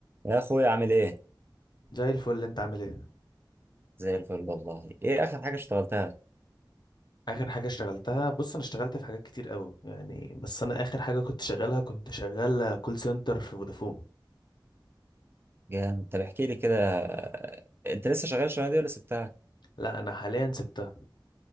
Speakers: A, on the right; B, on the left.
A: يا اخويا عامل ايه
B: زي الفل انت عامل ايه
A: زي الفل والله ايه اخر حاجه اشتغلتها
B: اخر حاجه اشتغلتها بص انا اشتغلت في حاجات كتير قوي يعني بس انا اخر حاجه كنت شغالها كنت شغال كول سنتر في فودافون
A: جامد طب احكي لي كده انت لسه شغال الشغلانه دي ولا سبتها
B: لا انا حاليا سبتها